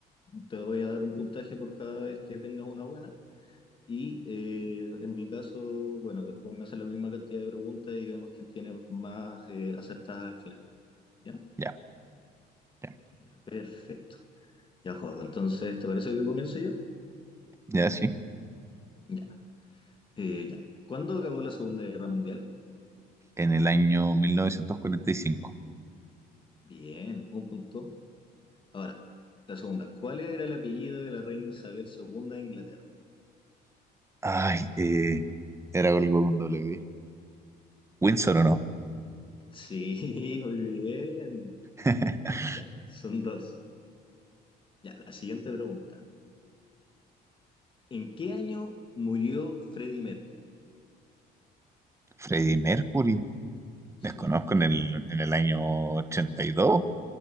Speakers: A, on the left; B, on the right.
A: te voy a dar un puntaje por cada vez que tengas una buena. Y eh, en mi caso, bueno, después me hacen la misma cantidad de preguntas y vemos quién tiene más eh, acertadas al final. ¿Ya?
B: Ya, ya,
A: Ya, perfecto. Ya, juego. Entonces, ¿te parece que comience yo?
B: ya, sí.
A: Ya. Eh, ya. ¿Cuándo acabó la Segunda Guerra Mundial?
B: En el año 1945.
A: Bien, un punto. Ahora, la segunda. ¿Cuál era el apellido de la reina Isabel II de Inglaterra?
B: Ay, eh, era algo con doble G. ¿Windsor o no?
A: Sí, <laughs> muy bien.
B: <laughs>
A: Ya, son dos. Ya, la siguiente pregunta. ¿En qué año murió Freddie Mercury?
B: Freddie Mercury. Desconozco
A: Sí.
B: en el, en el año 82,